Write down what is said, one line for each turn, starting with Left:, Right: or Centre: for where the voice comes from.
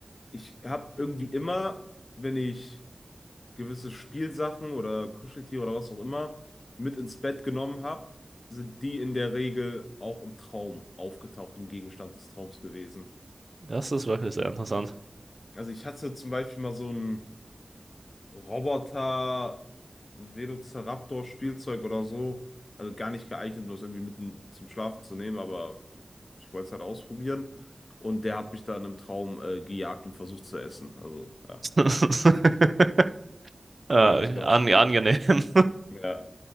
Left: Ich habe irgendwie immer, wenn ich gewisse Spielsachen oder Kuscheltiere oder was auch immer mit ins Bett genommen habe, sind die in der Regel auch im Traum aufgetaucht, im Gegenstand des Traums gewesen.
Right: das ist wirklich sehr interessant.
Left: Also ich hatte zum Beispiel mal so ein Roboter, Velociraptor, Spielzeug oder so. Also gar nicht geeignet, um das irgendwie mitten zum Schlafen zu nehmen, aber ich wollte es halt ausprobieren. Und der hat mich dann im Traum äh, gejagt und versucht zu essen. Also ja,
Right: <laughs> Äh,
Left: war nicht ganz
Right: an,
Left: so gut.
Right: angenehm. <laughs>
Left: Ja,